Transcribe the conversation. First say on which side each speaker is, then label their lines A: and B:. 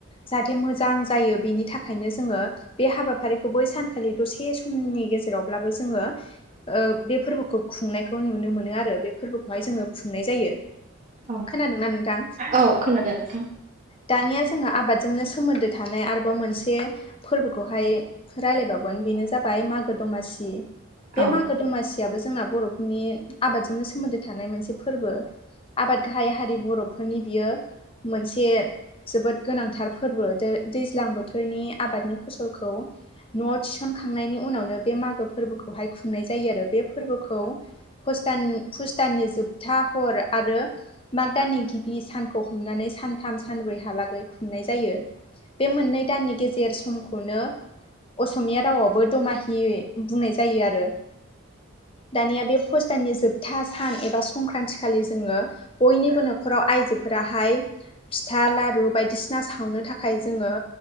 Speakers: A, on the left; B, on the right.
A: जाहाथे मोजां जायो बिनि थाखायनो जोंङो बे हाबाफारिखौ बै सानखालि दसे सम। नि गेजेरावब्लाबो जोंङो बे फोरबो। फोरबोखौ खुंनायखौ नुनो मोनो आरो बे फोरबोखौहाय जोंङो खुंनाय जायो
B: औ
A: खोनादोंना नोंथां।
B: औ खोनादों नोंथां।
A: दानिया जोंहा आबादजोंनो सोमोन्दो थानाय आरोबाव मोनसे। फोरबोखौहाय रायलायबावगोन बेनो जाबाय मागो दमासि। बे
B: औ
A: मागो दमासियाबो जोंना बर'फोरनि आबादजोंनो सोमोन्दो थानाय मोनसे फोरबो। आबाद गाहाय हारि बर'फोरनि बियो मोनसे। जोबोद गोनांथार फोरबो दैज्लां बोथोरनि आबादनि फसलखौ। न'आव थिसनखांनायनि उनावनो बे मागो फोरबोखौहाय खुंनाय जायो आरो बे फोरबोखौ। पुष दान पुस दाननि जोबथा हर आरो। माग दाननि गिबि सानखौ हमनानै सानथाम सानब्रैहालागै खुंनाय जायो। बे मोननै दाननि गेजेर समखौनो। असमिया रावाबो दमाहि बुंनाय जायो आरो। दानिया बे पुष दाननि जोबथा सान एबा संक्रान्ति खालि जोंङो। बयनिबो न'खराव आयजोफोराहाय। फिथा लारु बायदिसिना सावनो थाखाय जोंङो।